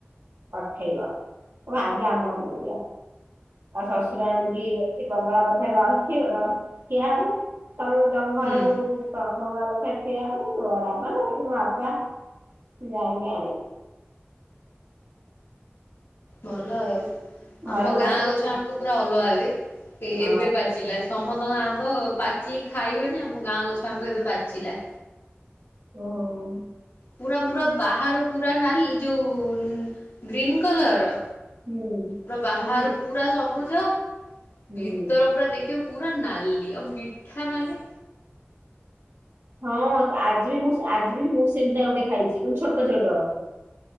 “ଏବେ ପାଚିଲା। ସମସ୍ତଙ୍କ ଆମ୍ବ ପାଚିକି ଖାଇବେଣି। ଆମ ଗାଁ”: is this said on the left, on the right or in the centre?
Left